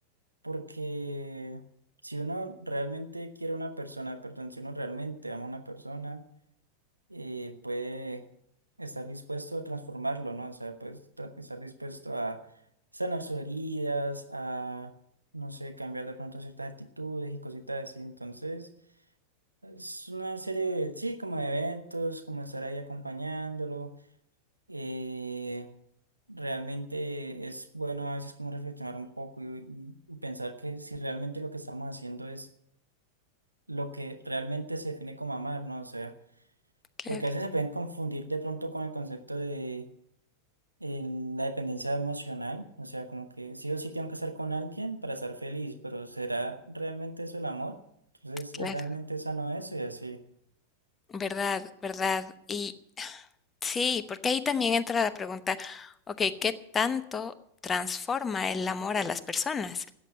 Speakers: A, on the right; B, on the left.
A: porque si uno realmente quiere a una persona, perdón, si uno realmente ama a una persona, eh, puede estar dispuesto a transformarlo, ¿no? O sea, pues tra- estar dispuesto a sanar sus heridas, a, no sé, cambiar de pronto ciertas actitudes y cositas así, entonces... Es una serie, sí, como de eventos, como estar ahí acompañándolo. eh, realmente es bueno a veces como reflexionar un poco y, y- y pensar que si realmente lo que estamos haciendo es lo que realmente se define como amar, ¿no? O sea,
B: claro,
A: porque a veces se pueden confundir de pronto con el concepto de el- la dependencia emocional, o sea, como que sí o sí tengo que estar con alguien para estar feliz, pero ¿será realmente eso el amor? Entonces,
B: claro.
A: ¿es realmente sano eso? Y así,
B: Verdad, verdad. Y sí, porque ahí también entra la pregunta, ok, ¿qué tanto transforma el amor a las personas?